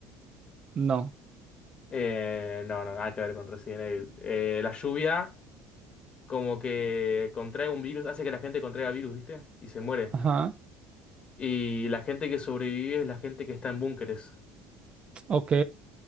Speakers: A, on the right (about 35°); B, on the left (about 35°).
A: No.
B: Eh, no, no, nada que ver con Resident Evil. Eh, la lluvia. como que contrae un virus, hace que la gente contraiga virus, ¿viste? Y se muere.
A: Ajá.
B: Y la gente que sobrevive es la gente que está en búnkeres.
A: Ok.